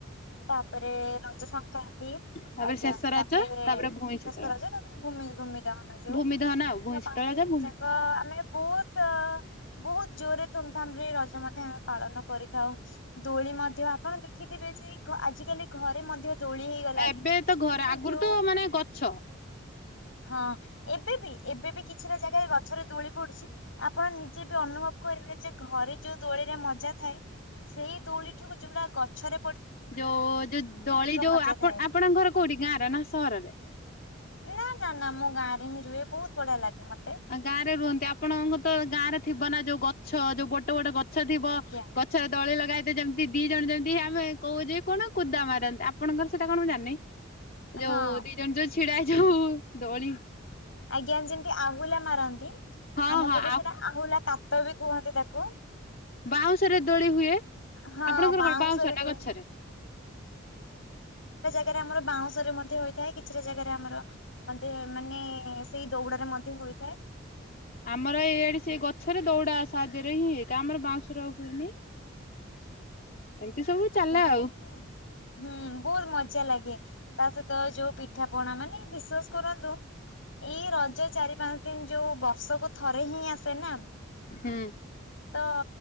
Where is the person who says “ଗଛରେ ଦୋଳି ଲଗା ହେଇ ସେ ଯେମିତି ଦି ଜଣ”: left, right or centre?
Left